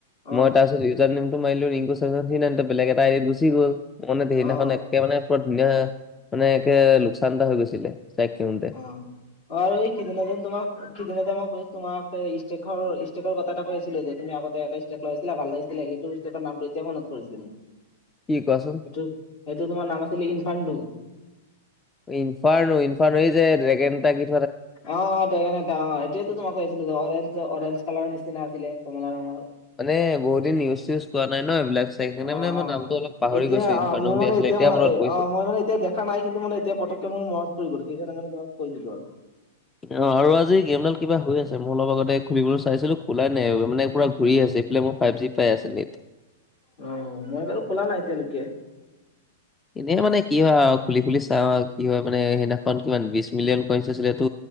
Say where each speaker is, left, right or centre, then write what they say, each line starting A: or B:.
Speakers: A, on the left (about 50°); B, on the left (about 15°).
A: অ
B: মই তাৰপিছত ইউজাৰ নেমটো মাৰিলো ৰিংকু ছেভেনত থ্ৰী নাইনটোত কিন্তু বেলেগ এটা আইডিত গুচি গ'ল মানে সেই সেইদিনাখন
A: অ অ
B: একে মানে পুৰা ধুনীয়া মানে একে লোকচান এটা হৈ গৈছিলে তাইক
A: অ আৰু এই সিদিনা দিন তোমাক সিদিনাতে মোক তোমাক ষ্টেকৰ ষ্টেকৰ কথা এটা কৈছিলো যে তুমি আগতে এটা ষ্টেক লগাইছিলা ভাল লাগি ছিলে সেইটো ষ্টেকৰ নামটো এতিয়া মনত পৰিছে মোৰ
B: কি কোৱাচোন
A: তো সেইটো তোমাৰ নাম আছিলে ইনপাণ্ডু
B: ইনফাৰনো ইনফাৰনো এই যে ড্ৰেগেনটা কি
A: অ অ ড্ৰেগন এটা সেইটোৱে তোমাক কৈ অছিলো অৰেঞ্জ অৰেঞ্জ কালাৰৰ নিচিনা আছিলে কমলা ৰঙৰ
B: মানে বহুত দিন ইউজ চিউজ পোৱা নাই ন এইবিলাক চাই সেইকাৰণে
A: অ
B: মানে মই
A: অ
B: নামটো অলপ পাহৰি
A: এতিয়া
B: গৈছো ইনফাৰ্নো
A: অ মোৰ
B: বুলি
A: মানে
B: আছিলে
A: এতিয়া মই
B: মনত পৰিছে।
A: অ মই মানে এতিয়া দে খা নাই কিন্তু মানে এতিয়া পতককে মোৰ মনত পৰি গ'ল আৰু সেইকানে মানে তোমাক কৈ দিলো আৰু
B: অ আৰু আজি গেমডাল কিবা হৈ আছে মই অলপ আগতে খুলিবলৈ চাইছিলো খোলাই নাই মানে পুৰা ঘূৰি আছে এইফালে মোৰ ফাইভ জি পাই আছে নেট
A: অ মই বাৰু খোলা নাই এতিয়ালৈকে
B: এনেই মানে কি হয় আও খুলি খুলি চাওঁ আৰু কি হয় মানে সেইদিনাখন কিমান বিশ মিলিয়ন কইনচ আছিলেতো